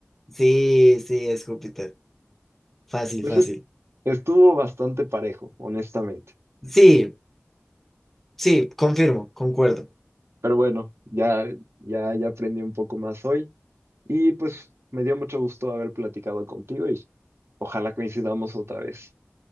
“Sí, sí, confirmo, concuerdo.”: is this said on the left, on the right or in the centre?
Centre